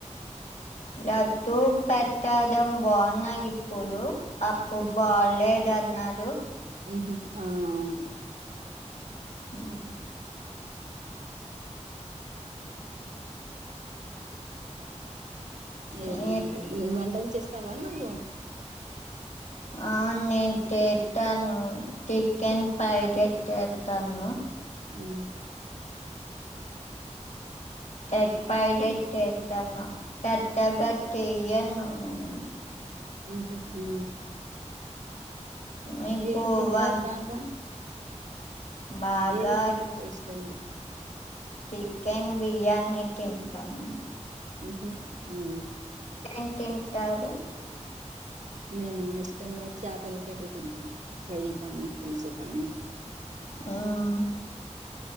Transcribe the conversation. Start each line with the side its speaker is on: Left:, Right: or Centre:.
Left: లడ్డు ప్రసాదం బాగుందా ఇప్పుడు అప్పుడు
Right: ఉహ్.
Left: బాగులేదు అన్నారు
Right: ఉహు అవునా
Left: ఆ
Right: లేదమ్మ
Left: నే-
Right: లేదు వంటలు చేస్తావా నువ్వు
Left: ఆ నేను చేస్తాను చికెన్ ఫ్రైడ్ రైస్ చేస్తాను
Right: ఉ
Left: ఎగ్ ఫ్రైడ్ రైస్ చేస్తాను పెద్దగా చే యను నేను
Right: ఉహు ఉ
Left: మీకు
Right: ఏం తింటావ్
Left: వన్
Right: బాగా
Left: బాగా
Right: ఏది తింటావ్ ఇష్టంగా
Left: చికెన్ బిర్యానీ తింటాను
Right: ఉహు ఉ
Left: ఎం తింటారు
Right: నేను ఇష్టంగా చేపల కర్రీ తింటాను ఫ్రై కానీ పులుసు కానీ
Left: మ్మ్.